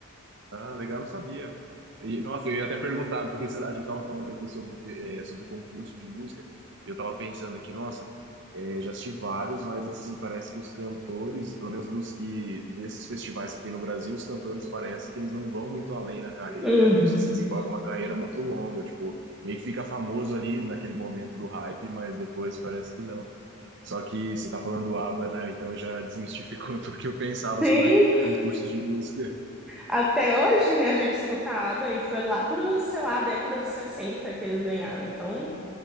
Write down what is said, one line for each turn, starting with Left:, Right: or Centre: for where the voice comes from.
Right: Ah, legal, não sabia. E, nossa, eu ia até perguntar, porque a gente tava falando aqui sobre, eh, sobre concurso de música, e eu tava pensando aqui, nossa, eh, já assisti vários, mas assim, parece que os cantores, pelo menos dos que, desses festivais que tem no Brasil, os cantores parece que eles não vão muito além na carreira,
Centre: Uhum.
Right: não sei se desenvolve uma carreira muito longa, tipo, meio que fica famoso ali naquele momento do hype, mas depois parece que não. Só que você tá falando ABBA, né? Então já desmistificou <laughs> tudo que eu pensava
Centre: Sim,
Right: sobre concursos de música.
Centre: até hoje, né, a gente escutava e foi lá pro, sei lá, década de 60 que eles ganharam. Então,